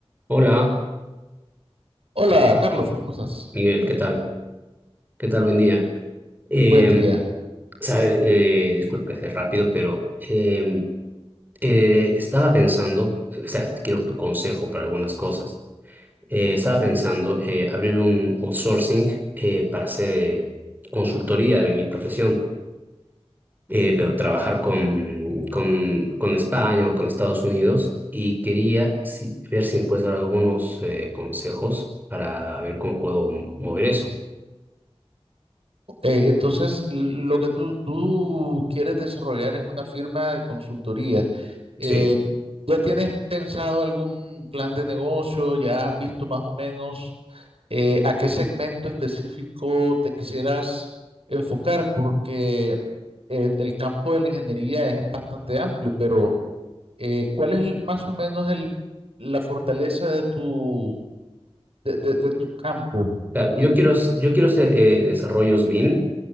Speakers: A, on the right (about 15°); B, on the right (about 65°).
A: Hola,
B: Hola,
A: Miguel,
B: Carlos, ¿cómo estás?
A: Miguel, ¿qué tal? ¿Qué tal? Buen día. Eh,
B: Buen día.
A: sabe, eh, disculpe que sea rápido, pero eh, eh, estaba pensando, o sea, quiero tu consejo para algunas cosas. Eh, estaba pensando eh, abrir un outsourcing eh, para hacer eh, consultoría de mi profesión, eh, pero trabajar con, con, con España o con Estados Unidos y quería si- ver si me puedes dar algunos eh, consejos para ver cómo puedo mover eso.
B: Eh, entonces, l- lo que tú, tú quieres desarrollar es una firma de consultoría. Eh,
A: Sí.
B: ¿ya tienes pensado algún plan de negocio? ¿Ya has visto más o menos eh, a qué segmento específico te quisieras enfocar? Porque eh, el campo de la ingeniería es bastante amplio, pero eh, ¿cuál es el- más o menos el, la fortaleza de tu, de, de- de tu campo?
A: Claro,
B: en
A: yo quiero,
B: en
A: yo quiero hacer eh, desarrollos BIM.